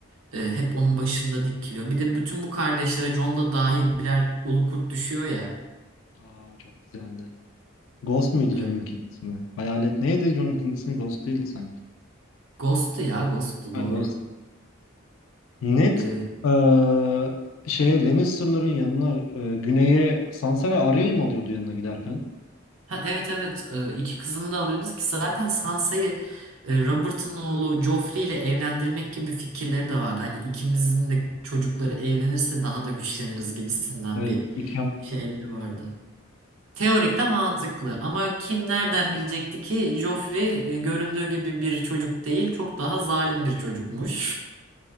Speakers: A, on the right (about 85°); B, on the left (about 70°).
A: e, hep onun başında dikiliyor. Bir de bütün bu kardeşlere Jon da dahil birer ulu kurt düşüyor ya.
B: Aa çok güzeldi. Ghost muydu
A: E,
B: John'unkinin ismi? Hayalet neydi John'unkinin ismi? Ghost değil sanki.
A: Ghost'tu ya Ghost'tu
B: Ha
A: doğru.
B: Ghost. Ned
A: E,
B: eee, şeye Lannister'ların yanına eee, güneye Sansa ve Arya'yı mı alıyordu yanına giderken?
A: Ha, evet evet Ee, iki kızını da alıyordu ki zaten Sansa'yı e, Robert'ın oğlu Joffrey ile evlendirmek gibi fikirleri de vardı. Hani ikimizin de çocukları evlenirse daha da güçleniriz gibisinden
B: Evet,
A: bir
B: iki hanedanı
A: şeyleri
B: birleşti.
A: vardı. Teorik de mantıklı ama kim nereden bilecekti ki Joffrey e, göründüğü gibi bir çocuk değil çok daha zalim bir çocukmuş.